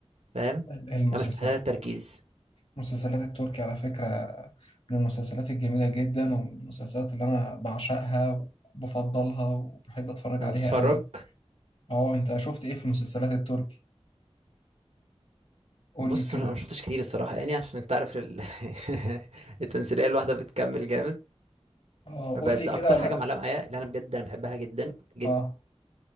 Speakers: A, on the right; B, on the left.
A: فاهم؟
B: المسلسل
A: انا مش محتاجة تركيز
B: المسلسلات التركي على فكرة من المسلسلات الجميلة جدا ومن المسلسلات اللي أنا بعشقها وبفضلها وبحب أتفرج
A: انا
B: عليها
A: بتفرج
B: قوي اه أنت شفت إيه في المسلسلات التركي؟ قول
A: بص
B: لي كده
A: انا ما شفتش كتير الصراحه يعني عشان انت عارف ال... <laughs> التمثيليه الواحده بتكمل جامد
B: اه
A: بس
B: قول لي كده
A: اكتر
B: على
A: حاجه معلقه معايا اللي انا بجد انا بحبها جدا جدا
B: اه